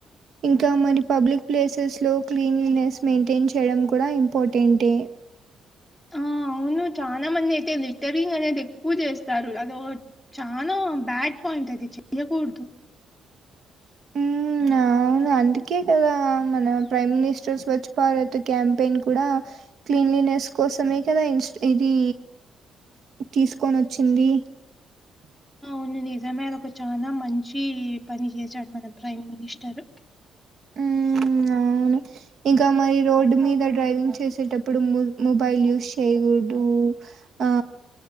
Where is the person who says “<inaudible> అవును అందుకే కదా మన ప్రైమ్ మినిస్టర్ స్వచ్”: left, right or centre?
Right